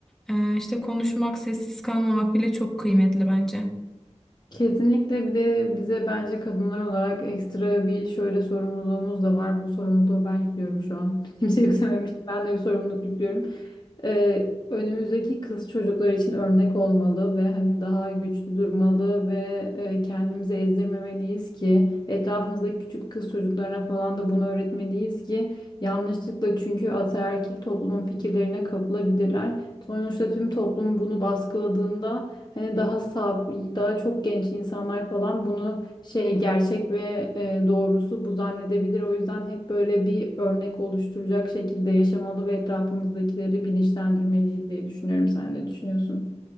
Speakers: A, in the centre; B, on the left.
A: Ee, işte konuşmak, sessiz kalmamak bile çok kıymetli bence.
B: Kesinlikle bir de bize bence kadınlar olarak ekstra bir şöyle sorumluluğumuz da var. Bu sorumluluğu ben yüklüyorum şu an. <laughs> Kimse yüklememişti. Ben de bir sorumluluk yüklüyorum. e, önümüzdeki kız çocuklar için örnek olmalı ve hani daha güçlü durmalı ve e, kendimizi ezdirmemeliyiz ki etrafımızdaki küçük kız çocuklarına falan da bunu öğretmeliyiz ki yanlışlıkla çünkü ataerkil toplumun fikirlerine kapılabilirler. Sonuçta tüm toplum bunu baskıladığında hani daha saf, daha çok genç insanlar falan bunu şey gerçek ve e, doğrusu bu zannedebilir. O yüzden hep böyle bir örnek oluşturacak şekilde yaşamalı ve etrafımızdakileri bilinçlendirmeliyiz diye düşünüyorum. Sen ne düşünüyorsun?